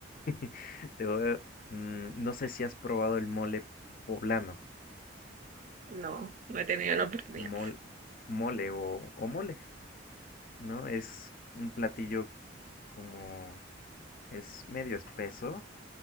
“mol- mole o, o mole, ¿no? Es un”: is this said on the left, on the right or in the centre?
Left